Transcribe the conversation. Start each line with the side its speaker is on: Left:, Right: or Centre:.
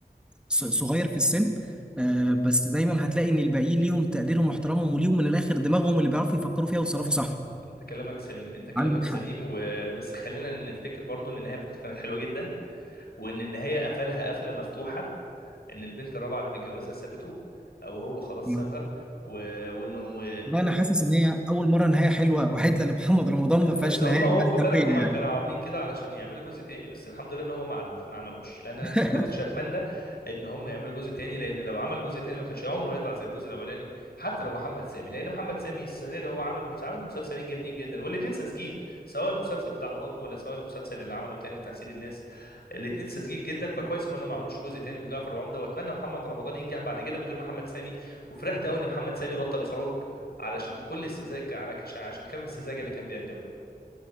Centre: ص- صغير في السن آه، بس دايما هتلاقي ان الباقيين ليهم تقديرهم واحترامهم وليهم من الاخر دماغهم اللي بيعرفوا يفكروا فيها ويتصرفوا صح
Left: انت كلامك سليم انت كلامك
Centre: عندك
Left: سليم
Centre: حق
Left: وبس خلينا نفتكر برضو ان النهايه بتاعته كانت حلوه جدا وان النهايه قفلها قفله مفتوحه ان البنت الرابعه اللي متجوزها سابته او هو خلاص
Centre: نعم.
Left: سابها و... وانه
Centre: بقى انا حاسس ان هي اول مره
Left: <laughs>
Centre: نهايه حلوه وعدله لمحمد رمضان
Left: بس
Centre: ما فيهاش
Left: هم
Centre: نهايه
Left: اهو
Centre: مأساويه
Left: خد بالك هم كانوا
Centre: يعني
Left: عاملين كده علشان يعملوا جزء تاني بس الحمد لله ان هم ما عملوش ما عملوش لان انا
Centre: <laughs>
Left: ما كنتش اتمنى ان هم يعملوا جزء تاني لان لو عمل جزء تاني ما كانش عمره هيطلع زي الجزء الاولاني حتى لو محمد سامي لان محمد سامي السنه دي هو عامل مس- عامل مسلسلين جامدين جدا والاتنين ساذجين سواء المسلسل بتاع مراته ولا سواء المسلسل اللي عمله تاني لتحسيد الناس الاتنين ساذجين جدا فكويس ان هم ما عملوش جزء تاني من جعفر العمده واتمنى محمد رمضان ينجح بعد كده من غير محمد سامي وفرحت قوي ان محمد سامي بطل اخراج علشان كل السذاجه على عشان كم السذاجه اللي كان بيقدمها